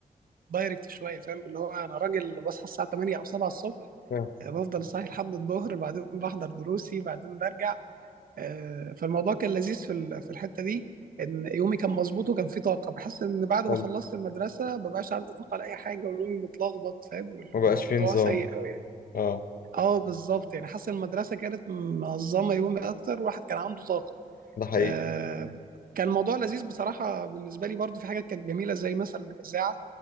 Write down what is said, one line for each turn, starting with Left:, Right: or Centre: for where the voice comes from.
Right: دايركت شوية فاهم اللي هو أنا راجل بصحى الساعة 8 أو 7 الصبح
Left: آه،
Right: أه، بفضل صاحي لحد الظهر بعدين بحضر دروسي بعدين برجع آه، فالموضوع كان لذيذ في ال- في الحته دي ان يومي كان مظبوط وكان فيه طاقه بحس ان بعد
Left: حلو
Right: ما خلصت المدرسه مبقاش عندي طاقه لاي حاجه ويومي متلخبط فاهم وال-
Left: ما
Right: والموضوع
Left: بقاش في نظام
Right: سيء قوي يعني
Left: اه
Right: اه بالظبط يعني حاسس إن المدرسه كانت منظمه يومي اكتر والواحد كان عنده طاقه
Left: ده حقيقي
Right: آه، كان الموضوع لذيذ بصراحه بالنسبه لي برضو في حاجات كانت جميله زي مثلا الاذاعه